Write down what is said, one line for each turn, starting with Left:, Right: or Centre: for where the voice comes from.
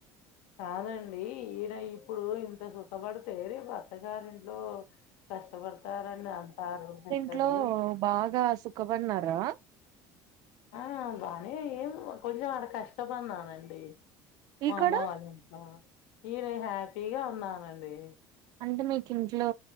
Left: కాదం డి ఇడ ఇప్పుడు ఇంత సుఖపడితే రేపు అత్తగారి ఇంట్లో కష్టపడతారని అంతా పెద్దలు
Right: ఇంట్లో
Left: అంటారు
Right: బాగా సుఖపడిన్నారా
Left: ఆ బానే ఏం కొంచెం అడ కష్టపడిన అండి
Right: ఇక్కడ
Left: మా అమ్మ వాళ్ళ ఇంట్లో ఈడా హ్యాపీగా ఉన్నానండి
Right: అంటే మీకు ఇంట్లో